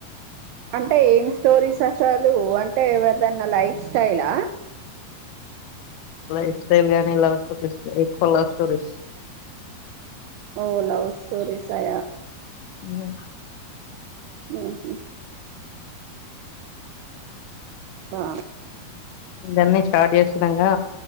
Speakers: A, on the right; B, on the left.
A: అంటే ఏం స్టోరీస్ రాసేవాళ్ళు అంటే ఎవరిదైనా లైఫ్ స్టయిల
B: లైఫ్ స్టైల్ కానీ లవ్ స్టోరీస్ కాన్ ఎక్కువ లవ్ స్టోరీస్
A: ఓ లవ్ స్టోరీస్ ఆ
B: ఉమ్
A: ఆహా బా
B: ఇందనే స్టార్ట్ చేసినంగా